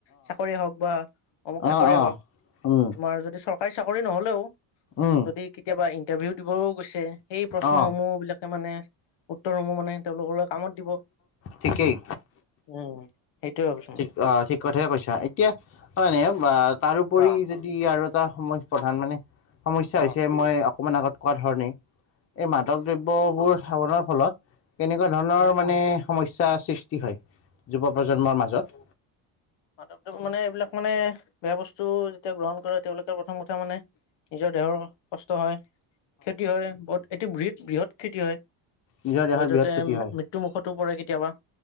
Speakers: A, on the left (about 60°); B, on the left (about 35°).
A: চাকৰিয়ে হওক বা অমুক
B: অ
A: চাকৰিয়ে
B: অ
A: হওক
B: উম
A: তোমাৰ যদি চ হয় চাকৰি নহ'লেও
B: উম
A: যদি কেতিয়াবা ইন্টাৰভিউ দিবও গৈছে, সেই প্ৰশ্নসমূহ
B: অ
A: বিলাক মানে উত্তৰসমূূহ মানে, তেওঁলোকলৈ কামত দিব।
B: ঠিকেই
A: উম! সেইটোয়ে ভাবিছো
B: ঠিক
A: মই।
B: অ ঠিক কথাইে কৈছা, এতিয়া মানে বা তাৰোপৰি
A: অ',
B: যদি আৰু সময় প্ৰধান মানে। সমস্যা
A: অ',
B: হৈছে, মই অকণমান আগত কোৱা ধৰণেই। এই মাদক দ্ৰব্যবোৰ সেৱনত। ফলত তেনেকুৱা ধৰণৰ মানে সমস্যাৰ সৃষ্টি হয়। যুৱ প্ৰজন্মৰ মাজত
A: মাধৱদেৱ মানে, এইবিলাক মানে, বেয়া বস্তু যেতিয়া গ্ৰহণ কৰে, তেওঁলোকে প্ৰথম কথা মানে নিজৰ দেহৰ কষ্ট হয় খেতি হয় বহুত, এটো ব্ৰি বৃহৎ খেতি হয়।
B: নিজৰ দেহৰ
A: যতে
B: বৃহৎ
A: ততে
B: ক্ষতি হয়
A: মৃত্যু মুুখতো পৰে কেতিয়াবা।